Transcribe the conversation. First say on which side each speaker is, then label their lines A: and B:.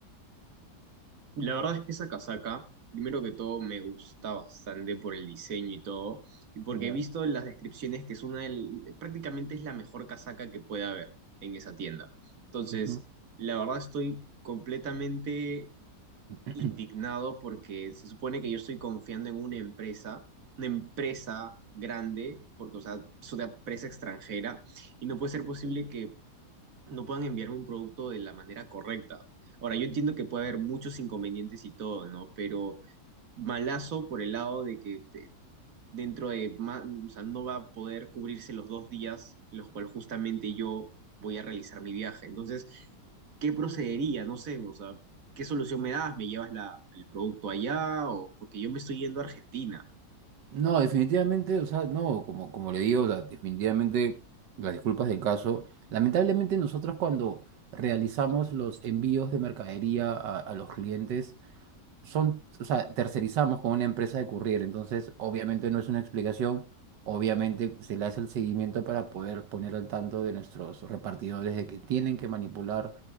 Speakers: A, on the right; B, on the right.
A: La verdad es que esa casaca, primero que todo, me gusta bastante por el diseño y todo, y porque
B: Ya.
A: he visto en las descripciones que es una del- prácticamente es la mejor casaca que puede haber en esa tienda. Entonces,
B: Ujú.
A: la verdad estoy completamente
B: <clears throat>
A: indignado porque se supone que yo estoy confiando en una empresa, una empresa grande, porque, o sea, es una empresa extranjera, y no puede ser posible que no puedan enviarme un producto de la manera correcta. Ahora, yo entiendo que puede haber muchos inconvenientes y todo, ¿no? Pero malazo por el lado de que te- dentro de, ma- o sea, no va a poder cubrirse los dos días en los cuales justamente yo voy a realizar mi viaje. Entonces, ¿qué procedería? No sé, o sea, ¿qué solución me das? ¿Me llevas la, el producto allá? O porque yo me estoy yendo a Argentina.
B: No, definitivamente, o sea, no, como, como le digo, o sea, definitivamente las disculpas del caso. Lamentablemente nosotros cuando realizamos los envíos de mercadería a, a los clientes, son, o sea, tercerizamos con una empresa de courier, entonces obviamente no es una explicación, obviamente se le hace el seguimiento para poder poner al tanto de nuestros repartidores de que tienen que manipular